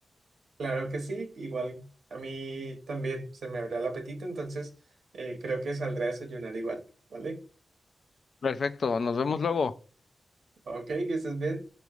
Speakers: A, on the right; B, on the left.
A: Claro que sí, igual a mí también se me abrirá el apetito, entonces eh, creo que saldré a desayunar igual, ¿vale?
B: Perfecto, nos vemos luego.
A: Ok, que estés bien.